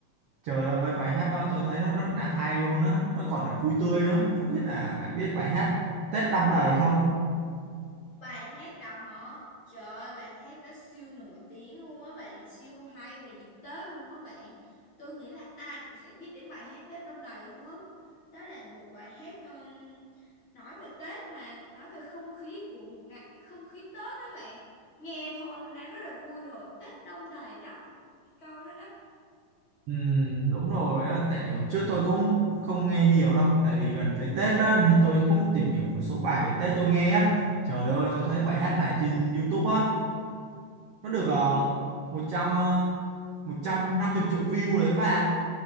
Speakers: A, on the right; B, on the left.
A: trời ơi bài hát đó tôi thấy nó rất là hay luôn á nó còn là vui tươi nữa không biết là bạn biết bài hát Tết Đong Đầy không
B: bài hát đó hả? Trời ơi, bài hát đó siêu nổi tiếng luôn á bạn, siêu hay về dịp Tết luôn á bạn. Tôi nghĩ là ai cũng sẽ biết đến bài hát Tết Đông Đầy luôn á. Đó là một bài hát ừm, nói về Tết mà, nói về không khí của một ngày, không khí Tết đó bạn. Nghe thôi nó đã rất là vui rồi, Tết Đông Đầy đó, cái câu đó đó.
A: Ừm, đúng rồi á tại vì hồi trước tôi cũng không nghe nhiều đâu tại vì gần tới Tết á nên tôi cũng tìm hiểu một số bài về Tết tôi nghe á Trời ơi, tôi thấy bài hát này trên YouTube á nó được uh, 100 ờ, một trăm năm 150 triệu view đấy các bạn